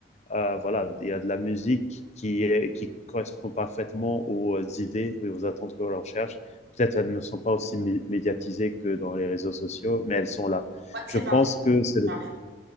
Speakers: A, on the left; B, on the right.
A: euh, voilà, il y a de la musique qui, est- qui correspond parfaitement aux euh, idées et aux attentes que l'on recherche. Peut-être elles ne sont pas aussi mé- médiatisées que dans les réseaux sociaux, mais elles sont là.
B: ouais, c'est
A: Je pense
B: pas faux,
A: que c'est
B: c'est
A: le...
B: pas faux.